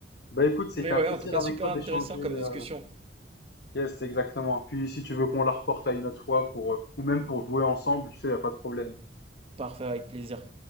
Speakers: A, on the left; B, on the right.
A: Bah écoute, c'était
B: Mais ouais,
A: un plaisir
B: en tout cas,
A: avec
B: super
A: toi
B: intéressant
A: d'échanger.
B: comme
A: euh,
B: discussion.
A: Yes, exactement. Puis si tu veux qu'on la reporte à une autre fois pour, euh, ou même pour jouer ensemble, tu sais, y a pas de problème.
B: Parfait, avec plaisir.